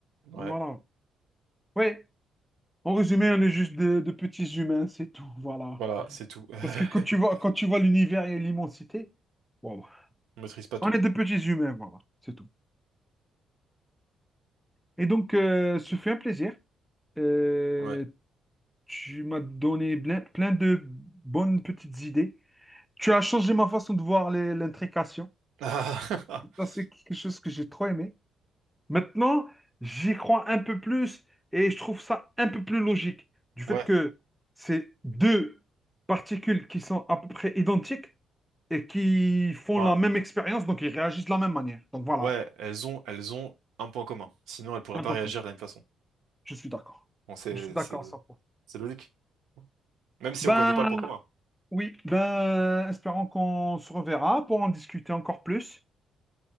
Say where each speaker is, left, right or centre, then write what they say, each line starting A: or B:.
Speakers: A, on the right; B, in the centre.
A: ouais.
B: Voilà. Oui, en résumé, on est juste de, de petits humains, c'est tout. Voilà.
A: Voilà, c'est tout. <laughs>
B: Parce que quand tu vois, quand tu vois l'univers et l'immensité, wow,
A: On maîtrise pas
B: on
A: tout.
B: est des petits humains, voilà, c'est tout. Et donc, euh, ce fut un plaisir. Euh,
A: Ouais.
B: tu m'as donné plein, plein de bonnes petites idées. Tu as changé ma façon de voir les- l'intrication.
A: <laughs>
B: Ça, c'est quelque chose que j'ai trop aimé. Maintenant, j'y crois un peu plus et je trouve ça un peu plus logique. Du fait
A: Ouais.
B: que c'est deux particules qui sont à peu près identiques, et qui font
A: Enfin,
B: la même expérience, donc ils réagissent de la même manière. Donc voilà,
A: ouais. Elles ont elles ont un point commun. Sinon, elles pourraient
B: un
A: pas
B: peu
A: réagir
B: comme.
A: de la même façon.
B: Je suis d'accord.
A: Bon, c'est
B: Je suis d'accord,
A: c'est
B: ça.
A: c'est logique. Même si
B: Ben
A: on connaît pas le point commun.
B: oui, ben espérons qu'on se reverra pour en discuter encore plus.